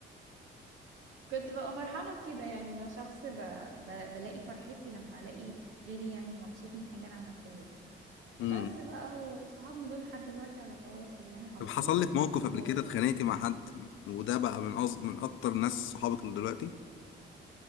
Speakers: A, on the right (about 75°); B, on the left (about 80°).
A: كنت ببقى فرحانة في كده يعني أنا شخص ب... ب... بلاقي فرحتي لما ألاقي غيري يعني مبسوط من حاجة أنا عملتها له
B: امم
A: بس بقى وصحابنا دول لحد دلوقتي على تواصل يعني على
B: طب حصل
A: طول
B: لك موقف
A: بنتواصل
B: قبل كده اتخانقتي مع حد وده بقى من أص... من اكتر ناس صحابك اللي دلوقتي